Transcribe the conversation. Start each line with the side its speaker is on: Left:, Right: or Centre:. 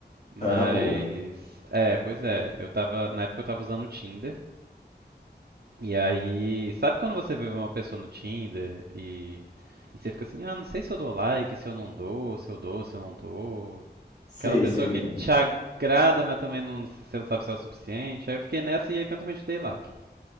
Right: Mas...
Left: Então é da boa.
Right: É, pois é. Eu tava... Na época eu tava usando o Tinder. E aí, sabe quando você vê uma pessoa no Tinder e, e você fica assim, ah, não sei se eu dou like, se eu não dou, se eu dou, se eu não dou.
Left: Sei,
Right: Aquela pessoa
Left: sei
Right: que
Left: bem.
Right: te agrada, mas também não, você não sabe se é o suficiente. Aí eu fiquei nessa e eventualmente dei like.